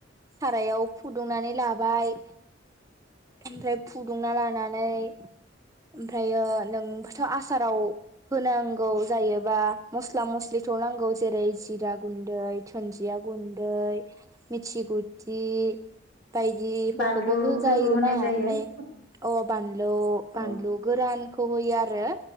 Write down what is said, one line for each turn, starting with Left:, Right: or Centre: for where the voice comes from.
Right: सारायाव फुदुंनानै लाबाय ओमफ्राय फु दुंना लानानै ओमफ्राय नोंबाथ' आसाराव होनांगौ जायोबा मस्ला मस्लि थनांगौ जेरै जिरा गुन्दै, थुुनजिया गुन्दै मिथि गुथि बायदिफोरखौबो
Left: बानलु
Right: होजायोना
Left: फोरबो होनाय जायो
Right: ओमफ्राय
Left: औ
Right: अ बानलु
Left: औ
Right: बानलु गोरानखौ होयो आरो